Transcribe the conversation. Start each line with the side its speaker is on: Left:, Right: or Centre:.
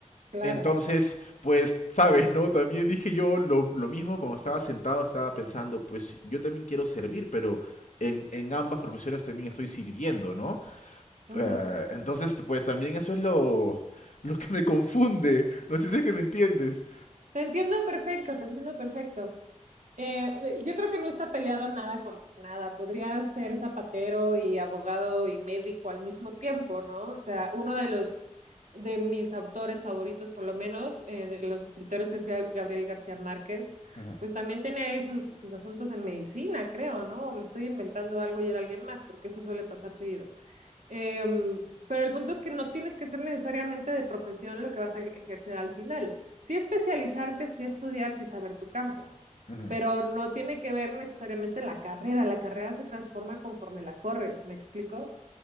Right: claro.
Left: Entonces, pues, sabes, ¿no? También dije yo lo, lo mismo cuando estaba sentado, estaba pensando, pues yo también quiero servir, pero en, en ambas profesiones también estoy sirviendo, ¿no?
Right: ujú.
Left: Eh, entonces, pues también eso es lo, lo que me confunde. No sé si es que me entiendes.
Right: Te entiendo perfecto, te entiendo perfecto. Eh, yo creo que no está peleado nada con nada. Podría ser zapatero y abogado y médico al mismo tiempo, ¿no? O sea, uno de los de mis autores favoritos, por lo menos, eh, de los escritores, que es Ga- Gabriel García Márquez,
Left: Ujú,
Right: pues también tiene ahí sus, sus asuntos en medicina, creo, ¿no? O me estoy inventando algo y era alguien más, porque eso suele pasar seguido. Eh, pero el punto es que no tienes que ser necesariamente de profesión lo que vas a e-, ejercer al final. Sí especializarte, sí estudiar, sí saber tu campo,
Left: ujú,
Right: pero no tiene que ver necesariamente la carrera. La carrera se transforma conforme la corres, ¿me explico?